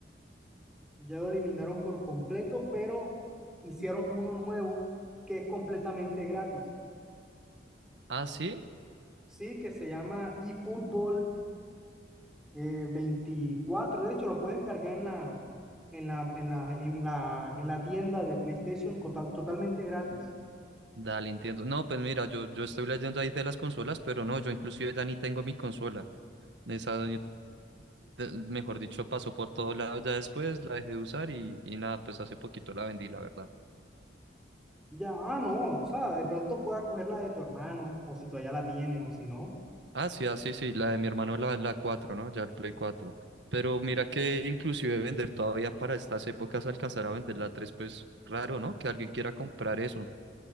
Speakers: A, in the centre; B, on the right (about 75°).
A: ya lo eliminaron por completo, pero hicieron uno nuevo que es completamente gratis,
B: Ah, sí,
A: ¿sí? Que se llama eFootball eh, veinticuatro de hecho, lo puedes cargar en la, en la, en la, en la, en la tienda de PlayStation total- totalmente gratis.
B: dale, entiendo. No, pues mira, yo, yo estoy leyendo ahí de las consolas, pero no, yo inclusive ya ni tengo mi consola. Esa de- mejor dicho, pasó por todos lados ya después, la dejé de usar y, y nada, pues hace poquito la vendí, la verdad.
A: Ya, ah, no, o sea, de pronto puedas coger la de tu hermano, o si todavía la tiene, o si no.
B: Ah, sí, ah, sí, sí, la de mi hermano, la, la cuatro ¿no? Ya el Play cuatro Pero mira que inclusive vender todavía para estas épocas alcanzar a vender la tres pues raro, ¿no? Que alguien quiera comprar eso.